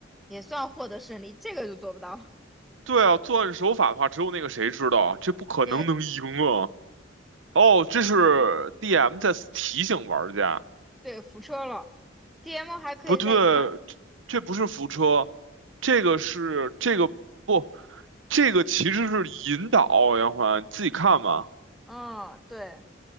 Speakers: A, in the centre; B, on the right (about 80°).
A: 也算获得胜利，这个就做不到。
B: 对啊，作案手法的话，只有那个谁知道啊，这不可能能赢啊。
A: 对
B: 哦，这是 DM 在提醒玩家。
A: 对，扶车了。DM 还可以在一旁，
B: 不对，这不是扶车，这个是这个不，这个其实是引导，杨环你自己看嘛。
A: 嗯，对